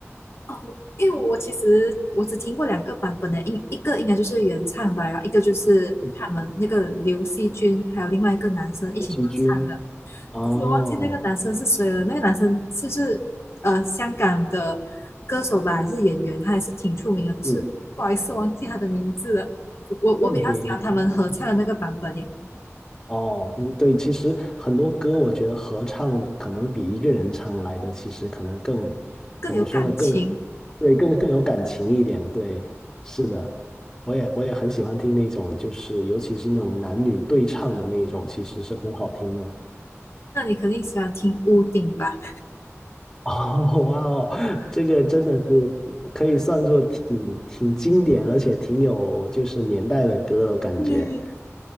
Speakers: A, on the left; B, on the left.
A: 哦，因为我其实我只听过两个版本的，一一个应该就是原唱吧，然后一个就是他们那个刘惜君还有另外一个男生一起合唱的，
B: 嗯，刘惜君。哦，
A: 可是我忘记那个男生是谁了。那个男生是不是呃香港的歌手吧，还是演员？他还是挺出名的，可是不好意思忘记他的名字了。
B: 嗯，
A: 我我比较喜欢他们合唱的那个版本耶，
B: 问题。哦，嗯，对，其实很多歌我觉得合唱可能比一个人唱来的，其实可能更，
A: 更有感情。
B: 怎么说呢，更，对，更更有感情一点。对，是的，我也我也很喜欢听那种，就是尤其是那种男女对唱的那种，其实是很好听的。
A: 那你肯定喜欢听屋顶吧？
B: 哦，哇哦，这个真的是可以算作挺挺经典，而且挺有就是年代的歌了，感觉
A: <laughs> 嗯，